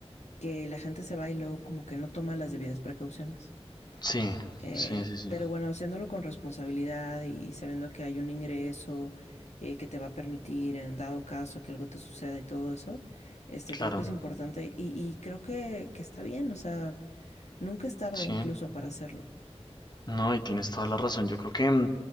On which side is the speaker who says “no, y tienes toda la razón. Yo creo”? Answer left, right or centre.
Left